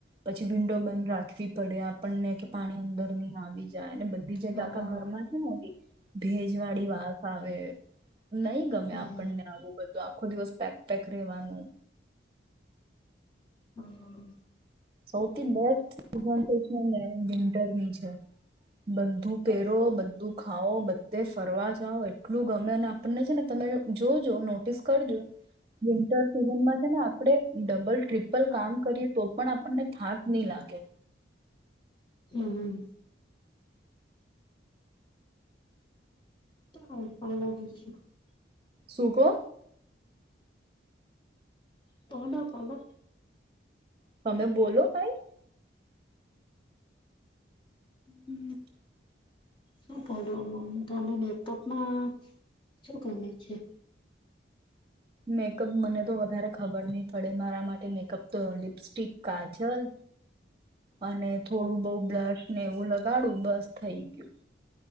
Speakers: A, on the right (about 30°); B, on the left (about 25°).
A: પછી વિન્ડો બંધ રાખવી પડે આપણને કે પાણી અંદર નહી આવી જાય બધ બી જગ્યા
B: હા.
A: આખા ઘરમાં છે ભેજ વાળી વાસ આવે નહી ગમે
B: હમ
A: આપણને આવું આખો દિવસ પેક પેક રહેવાનું
B: હા
A: સૌથી બેસ્ટ ભંત છે ને વિન્ટરની છે બધું પહેરો બધું ખાઓ બધે ફરવા જાઓ એટલું ગમે અને આપણને છે ને તમે તમે જોજો નોટિસ કરજો વિન્ટર સિઝનમાં છે ને આપડે ડબલ ટ્રીપલ કામ કરીએ તો પણ આપને થાક નહી લાગે
B: હમ હ હ અમું
A: શુંકો
B: પોડા પડા
A: તમે બોલો કઈ
B: હમ
A: <inaudible>
B: શું કર તને મેઅપમાં શું ગમે છે
A: મેકઅપ મને તો વધારે ખબર નહી પડે મારા માટે મેકઅપ કેમ તો લિપસ્ટિક કા જલ અને થોડું બહુ બ્લશ ને એવું લગાડું બસ થઈ ગયું